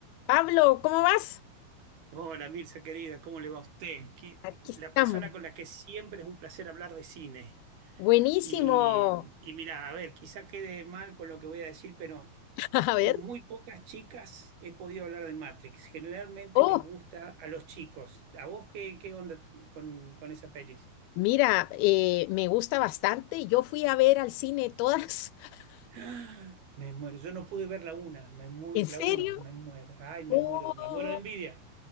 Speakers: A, on the left (about 85°); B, on the right (about 85°).
A: Pablo, ¿cómo vas?
B: Hola Mirza, querida, ¿cómo le va a usted? Que-
A: Aquí
B: la
A: estamos.
B: persona con la que siempre es un placer hablar de cine.
A: Buenísimo.
B: Y, y mira, a ver, quizá quede mal con lo que voy a decir, pero
A: <laughs> A
B: con
A: ver.
B: muy pocas chicas he podido hablar de Matrix. Generalmente
A: Oh,
B: les gusta a los chicos. ¿A vos qué, qué onda con, con esa pelis?
A: mira, eh, me gusta bastante. Yo fui a ver al cine todas. <laughs>
B: ¡Ah! <gasps> Me muero, yo no pude ver la una, me mue-
A: ¿En serio?
B: la uno, me muero. Ay, me
A: Oh,
B: muero, me muero de envidia.